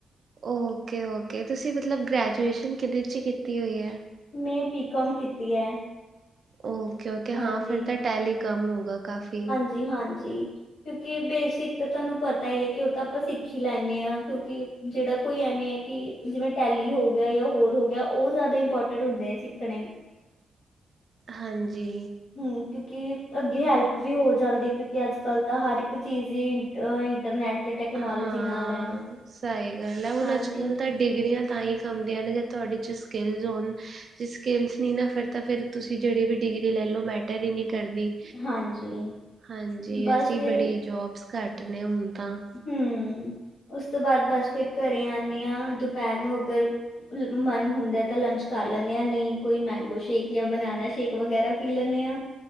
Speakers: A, on the right (about 40°); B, on the left (about 75°).
A: ਓਕੇ -ਓਕੇ, ਤੁਸੀਂ ਮਤਲਬ ਗ੍ਰੈਜੂਏਸ਼ਨ ਕਿਹਦੇ ਚ ਕੀਤੀ ਹੋਈ ਹੈ?
B: ਮੈਂ ਬੀਕਾਮ ਕੀਤੀ ਹੈ।
A: ਓਕੇ -ਓਕੇ
B: ਹਾਂਜੀ
A: ਹਾਂ ਫਿਰ ਤਾਂ ਟੈਲੀ ਕਮ ਹੋਗਾ ਕਾਫ਼ੀ।
B: ਜੀ ਹਾਂਜੀ। ਕਿਉਂਕਿ ਬੇਸਿਕ ਤਾਂ, ਤੁਹਾਨੂੰ ਪਤਾ ਹੀ ਹੈ, ਕਿ ਉਹ ਤਾਂ ਆਪਾਂ ਸਿੱਖ ਹੀ ਲੈਂਦੇ ਹਾਂ ਕਿਉਂਕਿ ਜਿਹੜਾ ਕੋਈ ਐਵੇਂ ਹੈ, ਕਿ ਜਿਵੇਂ ਟੈਲੀ ਹੋ ਗਿਆ ਜਾਂ ਹੋਰ ਹੋ ਗਿਆ, ਉਹ ਜ਼ਿਆਦਾ ਇੰਪੋਰਟੈਂਟ ਹੁੰਦੈ ਸਿੱਖਣੇ।
A: ਹਾਂਜੀ।
B: ਹਮ ਕਿਉਂਕਿ ਅੱਗੇ ਹੈਲਪ ਵੀ ਹੋ ਜਾਂਦੀ ਹੈ, ਕਿਉਂਕਿ ਅੱਜ ਕੱਲ੍ਹ ਤਾਂ ਹਰ ਇੱਕ ਚੀਜ਼ ਹੀ ਇੰ ਇੰਟਰਨੈਟ! ਤੇ ਟੈਕਨੋਲੋਜੀ
A: ਹਾਂ,
B: ਨਾਲ ਹੈ
A: ਸਹੀ ਗੱਲ ਹੈ, ਹੁਣ
B: ਹਾਂਜੀ
A: ਅੱਜ ਕੱਲ ਦਾ। ਡਿਗਰੀਆਂ ਤਾਂ ਹੀ ਕੰਮ ਦੀਆਂ ਨੇ ਜਾਂ ਤੁਹਾਡੇ ਚ ਸਕਿੱਲਜ਼ ਹੋਣ। ਜੇ ਸਕਿਲਸ ਨਹੀਂ ਨਾ, ਫਿਰ ਤਾਂ ਫਿਰ ਤੁਸੀਂ ਜਿਹੜੇ ਵੀ ਡਿਗਰੀ ਲੈਲੋ ਮੈ ਟਰੀ ਨੀ ਕਰਦੀ,
B: ਹਾਂਜੀ
A: ਹਾਂਜੀ,
B: ਬਸ
A: ਅਸੀਂ
B: ਫਿਰ
A: ਬੜੀ ਜੋਬਸ ਘੱਟ ਨੇ ਹੁਣ ਤਾਂ।
B: ਹੂੰ ਉਸ ਤੋਂ ਬਾਅਦ ਬਸ ਫਿਰ ਘਰੇ ਆਨੇ ਹਾਂ, ਦੁਪਹਿਰ ਨੂੰ ਅਗਰ ਮਨ ਹੁੰਦਾ ਤਾਂ ਲੰਚ ਕਰ ਲੈਂਦੇ ਹਾਂ, ਨਹੀਂ ਕੋਈ ਮੈਂਗੋ ਸ਼ੇਕ ਜਾਂ ਬਨਾਨਾ ਸ਼ੇਕ ਵਗੈਰਾ। ਪੀ ਲੇਨੇ ਆ।